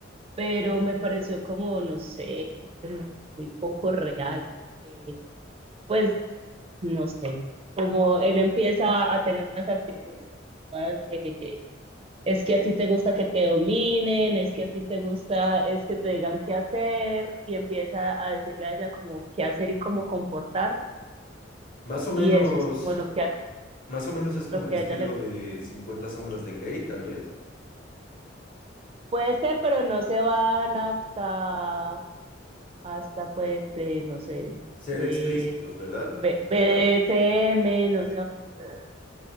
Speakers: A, on the right; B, on the left.
A: pero me pareció como, no sé, como que muy poco real, porque, pues, no sé, como él empieza a tener unas actitudes de, es que a ti te gusta que te dominen, es que a ti te gusta, es que te digan qué hacer, y empieza a decirle a ella como qué hacer y cómo comportarse,
B: Más o menos,
A: y eso es como lo que a,
B: más o menos es como
A: lo que
B: el estilo
A: a ella le gusta.
B: de Cincuenta sombras de Grey, tal vez.
A: Puede ser, pero no se van hasta hasta pues, eh, no sé,
B: Ser
A: eh,
B: explícitos, ¿verdad?
A: B- BDSM, no sé dónde está.